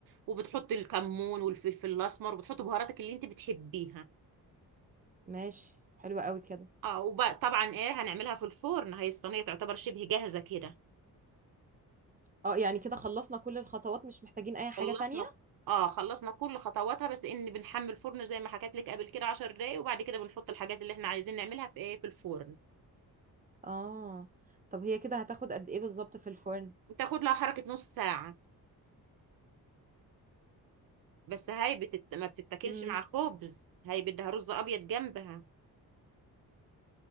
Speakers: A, on the right; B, on the right.
A: وبتحطي الكمون والفلفل الأسمر وبتحطي بهاراتك اللي انت بتحبيها
B: ماشي حلوة قوي كده
A: اه وطبعا ايه هنعملها في الفرن هي الصينية تعتبر شبه جاهزة كده
B: اه يعني كده خلصنا كل الخطوات مش محتاجين اي حاجة
A: خلصنا
B: تانية
A: اه خلصنا كل خطواتها بس ان بنحمي الفرن زي ما حكيت لك قبل كده 10 دقايق وبعد كده بنحط الحاجات اللي احنا عايزين نعملها في ايه في الفرن
B: اه طب هي كده هتاخد قد ايه بالظبط في الفرن
A: تاخد لها حركة نص ساعة بس هاي بتت... ما بتتاكلش
B: امم
A: مع خبز هاي بدها رز ابيض جنبها